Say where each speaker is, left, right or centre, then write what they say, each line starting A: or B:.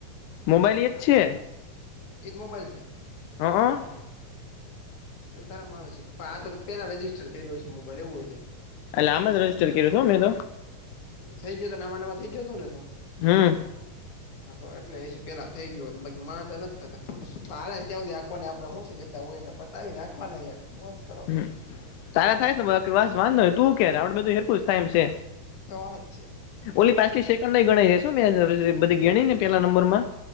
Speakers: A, on the left (about 75°); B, on the left (about 60°).
A: મોબાઈલ એ જ છે.
B: એજ મોબાઈલ છે.
A: હઅ.
B: તો એ તારમાં આવે છે, <unintelligible> આ તો તે પેલા રજીસ્ટર કર્યો હશે, મોબાઈલ એવું હોય છે.
A: એટલે આમ જ રજિસ્ટર કર્યો હતો હો મેં તો.
B: થઈ ગયો તો નામા નામા થઈ ગયો હતો ને તો.
A: હમ
B: હા તો એટલે હશે પેલા થઈ ગયો હતો બાકી માર તો નથ થતા. <unintelligible> ત્યાં હુધી આખોને આપડે હુ છે જેટલા હોય એટલા પતાવી નાખવાના યાર મોજ કરો.
A: હમ તારા થાય કે બાકી વાસ વાંધો તું કે આપડે બધું હેરકુ જ થાય એમ છે.
B: તો જ.
A: ઓલી પાંચથી સેકન્ડ ય ગણાય. શું ઓલી મે બધી ગણી ને પેલા નંબરમાં,